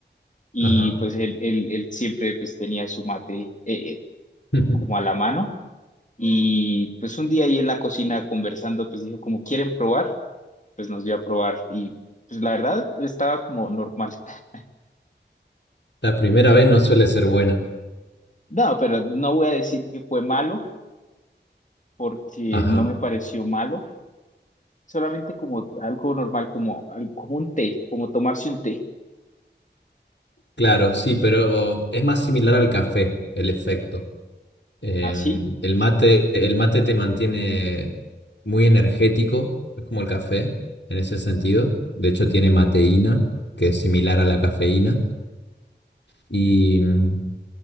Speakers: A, on the left; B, on the left.
A: y
B: Ajá.
A: pues él, él, él siempre pues tenía su mate eh, eh,
B: <laughs>
A: como a la mano y pues un día ahí en la cocina conversando pues dijo como quieren probar, pues nos dio a probar y pues la verdad estaba como normal. <laughs>
B: La primera vez no suele ser buena.
A: No, pero no voy a decir que fue malo porque
B: Ajá.
A: no me pareció malo, solamente como algo normal, como, al- como un té, como tomarse un té.
B: Claro, sí, pero es más similar al café el efecto. Em,
A: así.
B: el mate, el mate te mantiene muy energético, es como el café en ese sentido. De hecho, tiene mateína, que es similar a la cafeína. Y, mm,